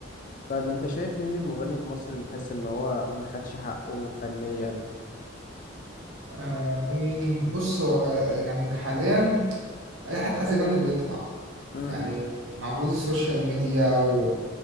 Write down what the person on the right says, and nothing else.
آه مين بص هو غ... يعني حاليا أي حد عايز يغني بيطلع
يعني مع وجود السوشيال ميديا و-